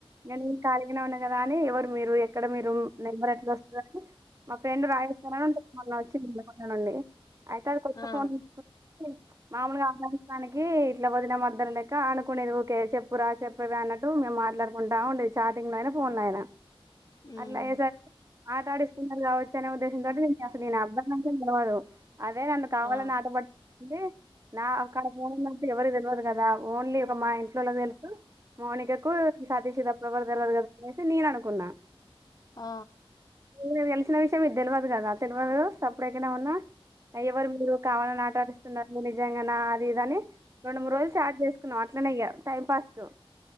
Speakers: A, on the right; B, on the left.
A: నేను న్నదని ఎవరు మీరు ఎక్కడ మీరు లా వస్తు మా ఫ్రెండ్ రాయేస్తానివచ్చి నుండి అయితే అది కొత్త
B: ఆ
A: ఫోన్ తీసుకుని మామూలుగా దనికి ఇట్లా వదిన మర్ద్దన లెక అనుకునేది ఓకే చెప్పురా చెప్పవ అన్నట్టు మేము మాట్లాడుకుంటాము అండ చాటింగ్ లో అయినా ఫోన్ అయినా
B: ఉమ్
A: అలా ఎజ ఆట ఆడిస్తున్నారు కావచ్చు అని అసలు అబ్బా అవును అదే నన్ను కావాలని
B: ఆ
A: ఆటపడిడి నా అక్కడ పోనున్నట్టు ఎవరు తెలియదు కదా ఓన్లీ ఒక మా ఇంట్లో వెళ్తూ మోనికకు సాతీశిత ప్రవర్ తెలారు కదా అనేసి నేను అనుకున్నా
B: ఆ
A: ేను తెలిసిన విషయం మీది తెలియదు కదా తెలియదు సప్పుడేకైనా ఉన్నా ఎవరు మీరు కావాలని ఆటడిస్తున్నారు నిజంగా అది ఇది అని రెండు మూడు రోజులు స్టార్ట్ చేసుకున్నాం అట్లనే టైం పాస్ కు